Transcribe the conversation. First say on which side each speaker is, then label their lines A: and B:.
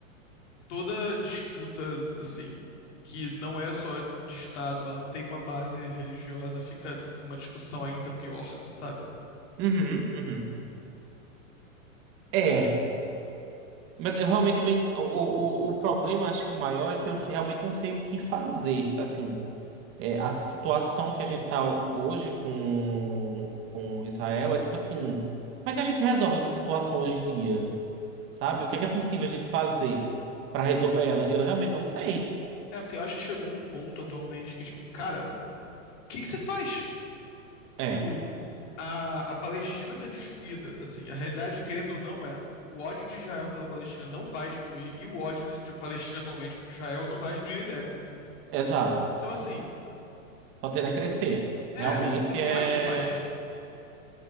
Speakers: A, on the left (about 55°); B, on the right (about 30°).
A: toda disputa, assim, que não é só de Estado, ah, tem uma base religiosa, fica uma discussão ainda pior, sabe?
B: Uhum, uhum. É, mas eu realmente também. O, o, o o problema, acho que maior, é que eu realmente não sei o que fazer. Assim, é, a situação que a gente tá hoje com, com Israel é tipo assim: como é que a gente resolve essa situação hoje em dia? Sabe? O que é que é possível a gente fazer pra resolver ela? Eu realmente não sei.
A: É, porque eu acho que chegou um ponto atualmente que, tipo, cara, o que que você faz?
B: É,
A: Tipo, a, a Palestina está destruída. Assim, a realidade, querendo ou não, é o ódio de Israel pela Palestina não vai diminuir e o ódio de, de Palestina atualmente por Israel não vai diminuir nem deve.
B: exato.
A: Então, assim,
B: Só tende a crescer.
A: é,
B: Realmente
A: não, não
B: é.
A: vai ter paz.